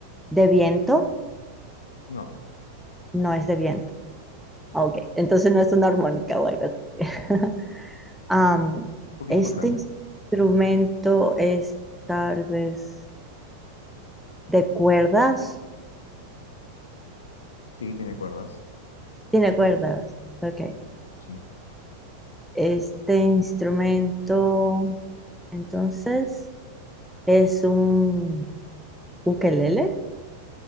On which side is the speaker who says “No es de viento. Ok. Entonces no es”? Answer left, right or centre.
Centre